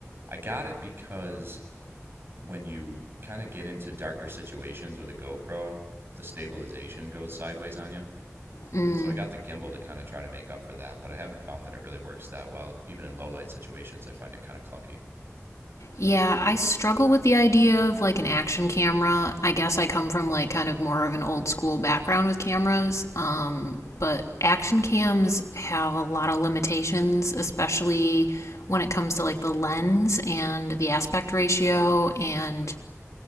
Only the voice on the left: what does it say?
Mm.
Yeah, I struggle with the idea of like an action camera. I guess I come from like kind of more of an old school background with cameras. Um, but action cams have a lot of limitations, especially when it comes to like the lens and the aspect ratio and